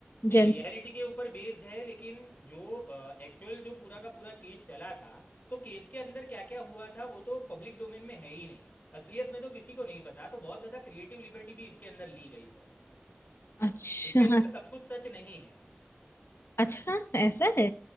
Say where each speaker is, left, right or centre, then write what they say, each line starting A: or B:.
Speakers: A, on the left (about 85°); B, on the left (about 45°).
A: जन
B: नहीं रियलिटी के ऊपर बेस्ड है लेकिन जो एक्चुअल uh, जो पूरा का पूरा केस चला था तो केस के अंदर क्या क्या हुआ था वो तो पब्लिक डोमेन में है ही नहीं असलियत में तो किसी को नहीं पता तो बहुत ज़्यादा क्रिएटिव लिबर्टी भी इसके अंदर ली गई है
A: अच्छा
B: इसके अंदर सब कुछ सच नहीं है
A: अच्छा ऐसा है